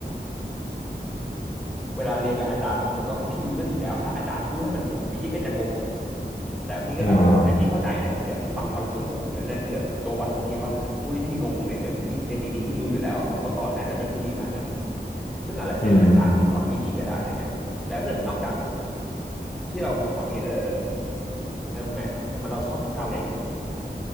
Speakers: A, in the centre; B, on the left.
A: เวลาเรียนกับอาจารย์บางคนต่อให้พี่รู้เรื่องอยู่แล้วถ้าอาจารย์พูดให้มันงงพี่ก็จะงงอะแต่พี่ก็แบบแต่พี่เข้าใจนะแต่คือแบบพี่ฟังเขาแล้วพี่งงเนี่ยนั่นคือแบบตัววัดของพี่ว่าถ้าเกิดเขาพูดให้พี่งงในสิ่งที่พี่ในสิ่งที่พี่รู้อยู่แล้วอะคือเขาสอนน่าจะไม่ค่อยดีขนาดนั้น
B: อ่า
A: ซึ่งอาจจะเจออาจารย์ที่สอนไม่ดีก็ได้อะไรเงี้ยแต่ถ้าเกิดนอกจาก
B: อืม
A: ที่เราบอกมาเมื่อกี้เออเออแมทใช่ไหมเราชอบวิชาอะไรอีกไหม